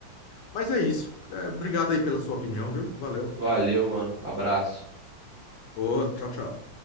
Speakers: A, on the left; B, on the right.
A: Mas é isso. É, obrigado aí pela sua opinião, viu? Valeu.
B: Valeu, mano. Abraço.
A: Ô, tchau, tchau.